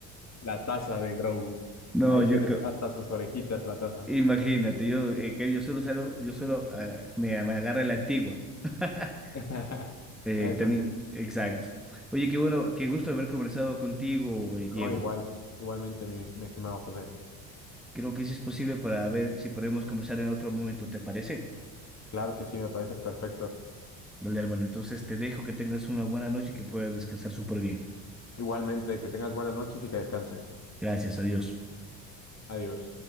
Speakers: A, on the left; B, in the centre.
A: la taza de Grogu.
B: No,
A: Ahí
B: yo,
A: tienes
B: co-
A: hasta sus orejitas, la taza.
B: imagínate, yo, eh, que yo solo salgo, yo solo ah, me, me agarra la antigua. <laughs>
A: <laughs>
B: Eh,
A: Eso
B: también,
A: sí.
B: exacto. Oye, qué bueno, qué gusto haber conversado contigo, eh, Diego.
A: No, igual, igualmente, mi, mi estimado José.
B: Creo que sí es posible para ver si podemos conversar en otro momento, ¿te parece?
A: Claro que sí, me parece perfecto.
B: Dale, hermano, entonces te dejo que tengas una buena noche y que puedas descansar súper bien.
A: Igualmente, que tengas buenas noches y que descanses.
B: Gracias, adiós.
A: Adiós.